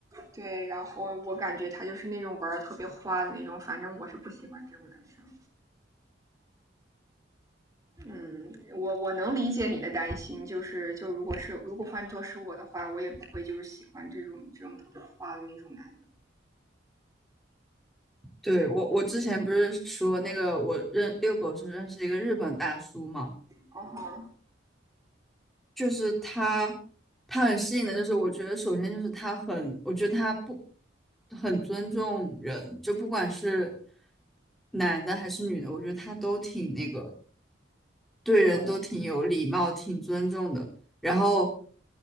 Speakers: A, on the right; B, in the centre.
A: 对，然后我感觉他就是那种玩的特别花的那种，反正我是不喜欢这种男生。嗯，我我能理解你的担心，就是就如果是如果换做是我的话，我也不会就是喜欢这种这种特别花的那种男的。
B: 对，我，我之前不是说那个我认遛狗时候认识一个日本大叔嘛，
A: 哦吼，
B: 就是他，他很吸引的，就是我觉得首先就是他很，我觉得他不很尊重人，就不管是男的还是女的，我觉得他都挺那个，对人都挺有礼貌，
A: 对，
B: 挺尊重的。然后